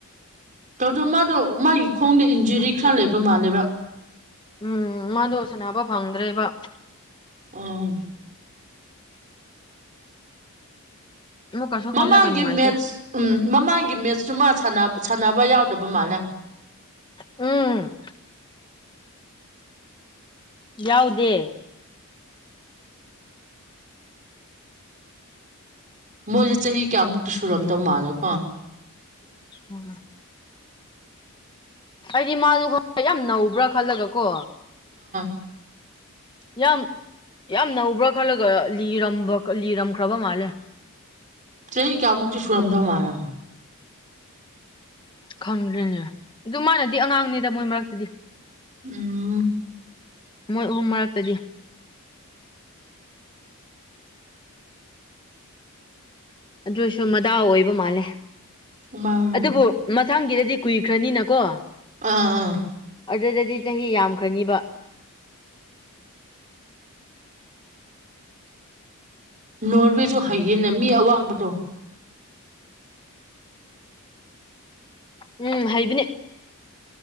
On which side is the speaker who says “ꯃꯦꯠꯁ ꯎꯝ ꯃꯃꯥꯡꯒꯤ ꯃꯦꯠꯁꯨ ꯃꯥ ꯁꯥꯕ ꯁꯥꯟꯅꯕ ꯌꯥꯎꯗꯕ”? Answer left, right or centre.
Right